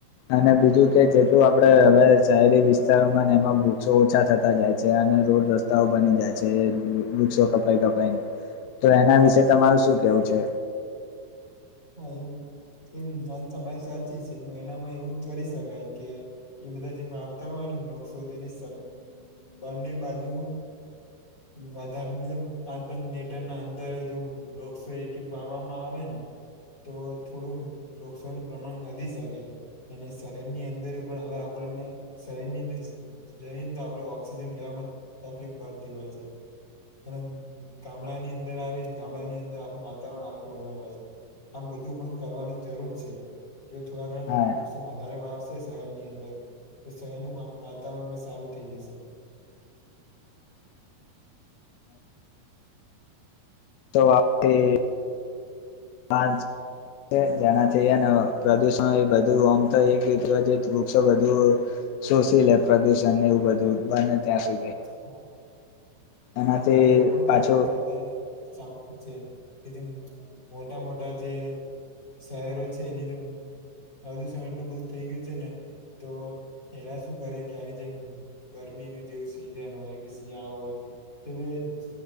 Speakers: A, on the left; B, on the left.
A: અને બીજું કે જેટલું આપડે હવે શહેરી વિસ્તારોમાં એમાં વૃક્ષો ઓછા થતા જાય છે. રોડ રસ્તાઓ બની જાય છે, વૃક્ષો કપાઈ કપાઈ. તો એના વિશે તમારું શું કેવું છે?
B: હા એવુ, કેવી રીત આ વાત તમારી સાચી છે, પણ એનામાં એવું જ કરી શકાય કે એ બધા જેમ આવતા હોય ને નોકશો તેની, બંને બાજુ વધારેને પાંચ પાંચ મીટર ના અંદર જો વૃક્ષો એક વાવામાં આવે ને તો થોડું વૃક્ષોનું પ્રમાણ વધી શકે. અને શહેરની અંદર પણ હવે આપણને શહેરની અંદર જઈ ને તો આપડે ઓક્સિજન લેવાવામાં તકલીફ પડતી હોય છે. અને ગામડાની અંદર આવેલ ગામડાની અંદર આખું વાતાવરણ આખું અલગ હોય છે. આમ બધું પણ કરવાની જરૂર છે. જો થોડા ઘણા
A: હા
B: વૃક્ષો વધારે વાવશે શહેરની અંદર તો શહેરનું વાતાવરણ પણ સારું થઈ જશે.
A: <inaudible> સવા <unintelligible> પાંચ, જેનાથી હે ન પ્રદુષણ એ બધું આમ થઈ ગ્યું તું અજુતો આ વૃક્ષો બધું શોષી લે પ્રદુષણને એવું બધું બને ત્યાં સુધી.
B: હા,
A: એનાથી
B: હા, એવું પણ થતું
A: પાછું
B: હોય છે અત્યારે સાંભળ્યું છે. કે જે મોટા મોટા જે શહેરો છે એની અંદર પ્રદુષણ એટલું બધું થઈ ગયું છે ને, તો <unintelligible> શું કરે કે ક્યાય જય ગર મીન જેવું સિઝન હોય કે, શિયાળો હોય. કે બેન